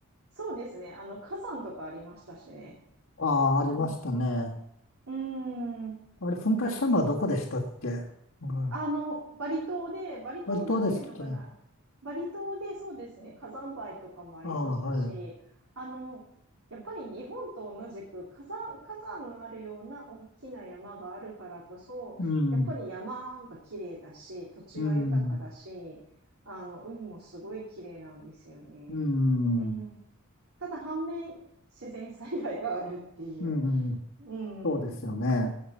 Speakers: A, on the right (about 90°); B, on the left (about 70°).
A: そうですね、あの、火山とかありましたしね。
B: ああ、ありましたね。
A: うん、うん
B: あれ、噴火したのはどこでしたっけうん、
A: やっあの、バリ島で、バリ島なんていうのかな。
B: バリ島でしたっけあ
A: バリ島でそうですね、火山灰とかもありましたし、
B: あ、はい。
A: あの、やっぱり日本と同じく火山、火山のあるような大きな山があるからこそ、
B: うん、
A: やっぱり山が綺麗だし、土地が豊かだし、
B: うん、
A: あの、海もすごい綺麗なんですよね。
B: うん、
A: うん。ただ反面、自然災害があるっていう。
B: うん、
A: うん。
B: そうですよね。